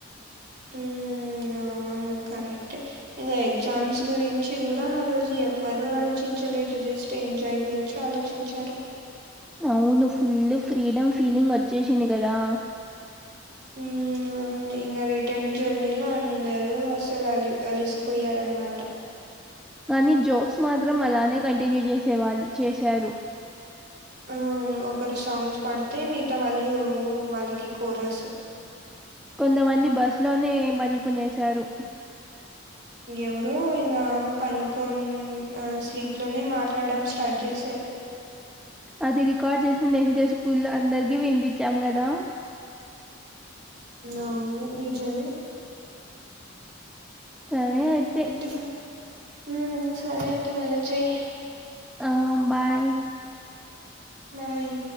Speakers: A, in the centre; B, on the right.
A: <inaudible>
B: ఉమ్ అవును కరెక్టే ఇగ ఎగ్జామ్స్ గురించి గుడ ఆ రోజు ఎవ్వరు ఆలోచించలేదు జస్ట్ ఎంజాయ్ గురించి ఆలోచించారు
A: అవును ఫుల్లు ఫ్రీడమ్ ఫీలింగ్ వచ్చేశింది గదా ఇన్ఆడియోబుల్
B: ఉమ్ అవును ఇంగ రిటర్న్ జర్నీలో అందరు అసలు అలి అలిసిపోయారన్నమాట
A: కానీ జోక్స్ మాత్రం అలానే కంటిన్యూ చేసే వాళ్ళు చేశారు
B: అవును ఒకరు సాంగ్స్ పడితే మిగతా వాళ్ళు వాళ్ళకి కోరస్
A: కొంతమంది బస్సు లోనే పనుకునేసారు
B: ఎవరు ఇంకా పనుకోన్ స్లీప్ లోనే మాట్లాడం స్టార్ట్ చేశారు
A: అది రికార్డ్ చేసి నెక్స్ట్ డే స్కూల్ లో అందరిక వినిపించాం కదా
B: అవును నిజమే
A: సరే అయితే.
B: టిఫన్ ఉమ్ సరే అయితే మల్ల చెయ్
A: ఆ బాయ్
B: బాయ్